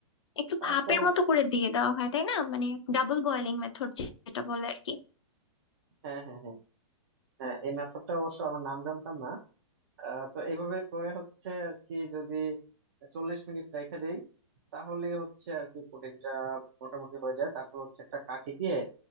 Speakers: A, on the left; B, on the right.
A: একটু
B: তারপর
A: ভাপের মতো করে দিয়ে দেওয়া হয় তাই না মানে ডাবল বয়েলিং মেথড যেটা বলে আর কি
B: হ্যাঁ হ্যাঁ হ্যাঁ হ্যাঁ এই মেথডটা অবশ্য আমার নাম জানতাম না আহ, তো এইভাবে করে হচ্ছে আর কি যদি চল্লিশ মিনিট রেখে দেই তাহলে হচ্ছে আর কি পুডিংটা মোটামুটি হয়ে যায় তারপর হচ্ছে একটা কাঠি দিয়ে